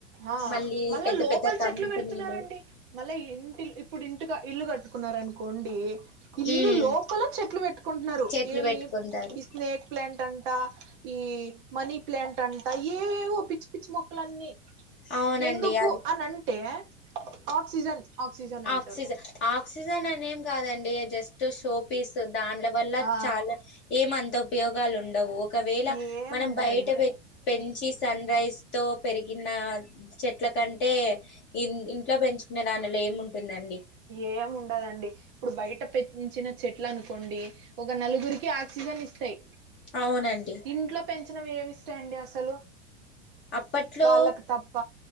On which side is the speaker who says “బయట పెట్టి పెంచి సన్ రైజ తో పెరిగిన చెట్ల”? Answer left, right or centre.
Left